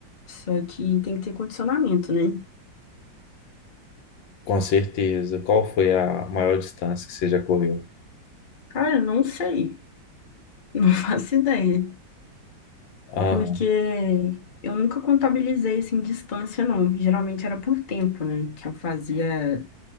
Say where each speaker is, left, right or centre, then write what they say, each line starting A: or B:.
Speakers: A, on the left; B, on the left.
A: Só que tem que ter condicionamento, né?
B: Com certeza. Qual foi a maior distância que você já correu?
A: Cara, eu não sei, <laughs> não faço ideia,
B: Ah,
A: porque eu nunca contabilizei, assim, distância, não. Geralmente era por tempo, né, que eu fazia